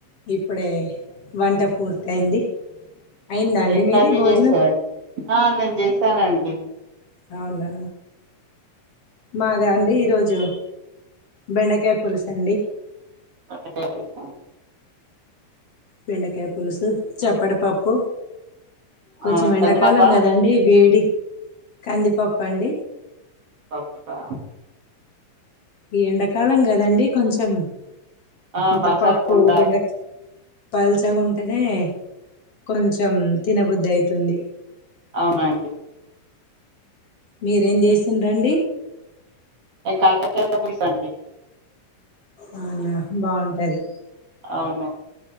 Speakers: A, on the left; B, on the right.
A: ఇప్పుడే వంట పూర్తయింది. అయిందా అండి
B: ఏం
A: మీది
B: కర్రీ
A: భోజనం
B: చేశారు. ఆ నేను చేసానండి.
A: అవునా మాదా అండి ఈరోజు బెండకాయ పులుసు అండి
B: బెండకాయ పులుసా
A: బెండకాయ పులుసు చెప్పటిపప్పు కొంచెం
B: ఆ
A: ఎండాకాలం
B: కందిపప్పా
A: కదండి, వేడి కందిపప్పండి.
B: పప్పా
A: ఈ ఎండాకాలం కదండి కొంచెం
B: ఆ
A: ఇంత
B: పలసగా
A: పప్పు
B: ఉండాలి
A: బెండక పల్చగుంటేనే కొంచెం తినబుద్ధి అయితుంది
B: అవునండి
A: మీరేం చేసిండ రండి
B: ఇం కాకరయా పులుసు అండి
A: అవునా బాగుంటది
B: అవును